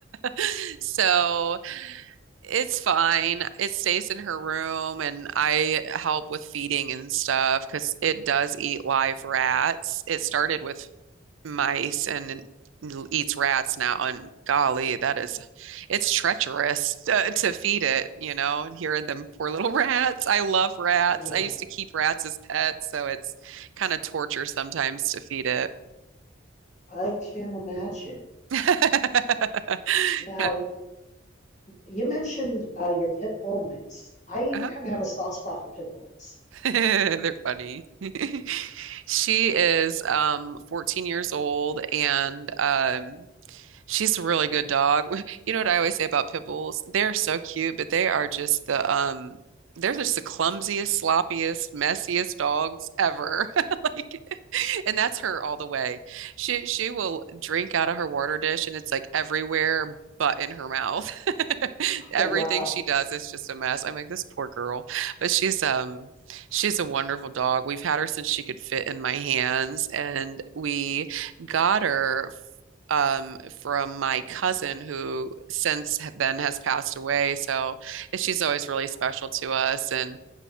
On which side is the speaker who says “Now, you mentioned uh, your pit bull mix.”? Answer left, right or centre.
Left